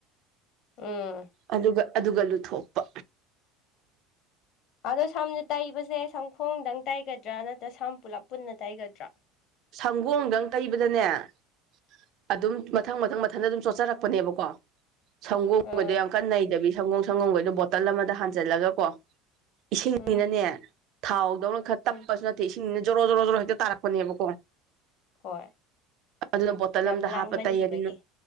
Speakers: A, on the left (about 50°); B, on the right (about 50°).
A: ꯎꯝ
B: ꯑꯗꯨꯒ ꯑꯗꯨꯒ ꯂꯨꯊꯣꯛꯄ
A: ꯑꯗꯣ ꯁꯝꯖ‌ꯦ ꯇꯩꯕꯁꯦ ꯁꯝꯈꯣꯡꯗꯪ ꯇꯩꯒꯗ꯭ꯔꯥ ꯅꯠꯇ꯭ꯔꯒ ꯁꯝ ꯄꯨꯂꯞ ꯄꯨꯟꯅ ꯇꯩꯒꯗ꯭ꯔꯥ
B: ꯁꯝꯒꯣꯡꯗꯪ ꯇꯩꯕꯗꯅꯦ ꯑꯗꯨꯝ ꯃꯊꯪ ꯃꯊꯪ ꯃꯊꯟꯗ
A: ꯎꯝ
B: ꯑꯗꯨꯝ ꯆꯣꯠꯆꯔꯛ ꯄꯅꯦꯕꯀꯣ ꯁꯪꯒꯣꯡꯒꯗꯤ
A: ꯎꯝ
B: ꯌꯥꯝ ꯀꯟ ꯅꯩꯗꯕꯤ ꯁꯪꯒꯣꯡ ꯁꯪꯒꯣꯡꯒꯩꯗꯣ ꯕꯣꯇꯜ ꯑꯃꯗ ꯍꯥꯟꯖꯜꯂꯒꯀꯣ ꯏꯁꯤꯡꯅꯤꯅꯅꯦ
A: ꯎꯝ
B: ꯊꯥꯎꯗꯧꯅ ꯈꯔ ꯇꯞꯄꯁꯨ
A: ꯎꯝ
B: ꯅꯠꯇꯦ ꯏꯁꯤꯡꯅꯤꯅ ꯖꯣꯔꯣ ꯖꯣꯔꯣ ꯖꯣꯔꯣ ꯍꯦꯛꯇ ꯇꯥꯔꯛꯄꯅꯦꯕꯀꯣ
A: ꯍꯣꯏ
B: ꯑꯗꯨꯅ ꯕꯣꯇꯜ
A: ꯌꯥꯝ
B: ꯑꯝꯗ
A: ꯂꯥꯡꯃꯟꯈꯤꯕꯒꯤ
B: ꯍꯥꯞꯄ ꯇꯩꯔꯗꯤ ꯅꯨꯡ